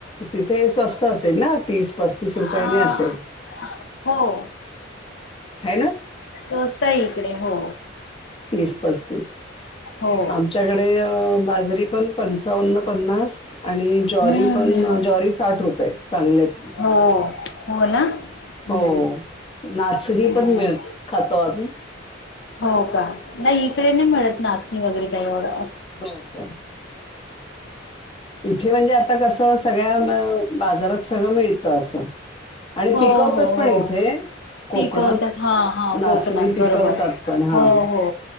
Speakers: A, on the left; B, on the left.
A: तिथे स्वस्त असेल ना तीस, पस्तीस रुपयाने
B: अ
A: असेल.
B: हो.
A: हाय ना?
B: स्वस्त आहे इकडे, हो.
A: तीस पस्तीस,
B: हो
A: आमच्याकडे बाजरीपण पंचावन्न, पन्नास आणि
B: हम्म
A: ज्वारी पण
B: हम्म
A: ज्वारी साठ रुपये चांगल्यातली.
B: हो, हो ना. हम्म
A: हो, नाचणीपण
B: हम्म
A: मिळ खातो आम्ही.
B: हो का, नाही इकडे नाही मिळत नाचणी वगैरे काही एवढं.
A: हो का. इथे म्हणजे आता कसं, सगळ्या बाजारात सगळं मिळतं असं. आणि
B: हो
A: पिकवतात
B: हो
A: पण
B: हो
A: इथे. कोकणात
B: पिकवतात हा हा
A: नाचणी
B: कोकणात
A: पिकवतातपण
B: बरोबर
A: हा.
B: हो हो